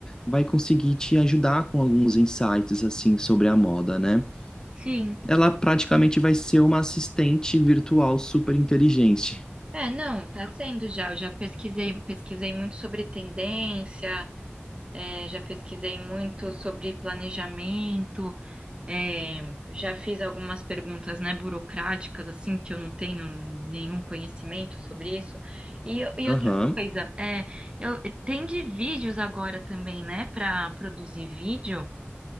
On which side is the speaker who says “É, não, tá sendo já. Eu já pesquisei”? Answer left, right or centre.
Right